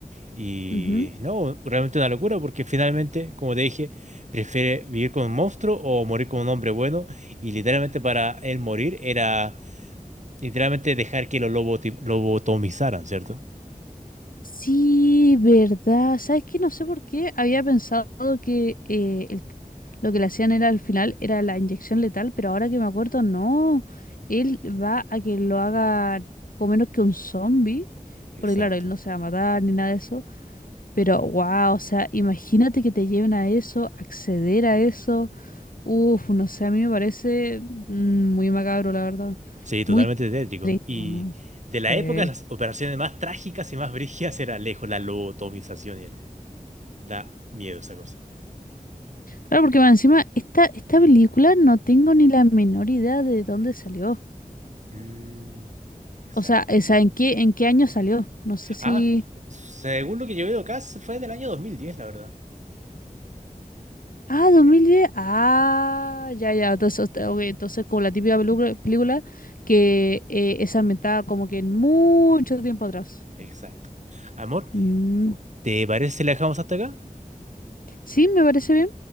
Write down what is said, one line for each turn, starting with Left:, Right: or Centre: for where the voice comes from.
Right: Y
Left: Ujú.
Right: no, realmente una locura, porque finalmente, como te dije, prefiere vivir con un monstruo o morir con un hombre bueno. Y literalmente para él morir era literalmente dejar que lo loboti- lobotomizaran, ¿cierto?
Left: Sí, verdad. ¿Sabes qué? No sé por qué había pensado que eh, el lo que le hacían era al final era la inyección letal, pero ahora que me acuerdo, no. Él va a que lo haga con menos que un zombie,
Right: Exacto.
Left: porque claro, él no se va a matar ni nada de eso. Pero wow, o sea, imagínate que te lleven a eso, acceder a eso. Uf, no sé, a mí me parece mm, muy macabro, la verdad.
Right: Sí, totalmente
Left: Muy
Right: tétrico.
Left: triste
Right: Y
Left: también.
Right: de la
Left: Sí.
Right: época, las operaciones más trágicas y más brígidas era lejos la lobotomización. y era- Da miedo esa cosa.
Left: Claro, porque más encima, esta, esta película no tengo ni la menor idea de dónde salió.
Right: Mm, exacto.
Left: O sea, eh, o sea, ¿en qué, en qué año salió? No sé si...
Right: Ah, según lo que yo veo acá, se fue del año 2010, la verdad.
Left: Ah, 2010, Ah, ya, ya. Entonces, este, ok, entonces como la típica película, película que eh, es ambientada como que en mucho tiempo atrás.
Right: Exacto. Amor,
Left: Mm,
Right: ¿te parece si la dejamos hasta acá?
Left: Sí, me parece bien.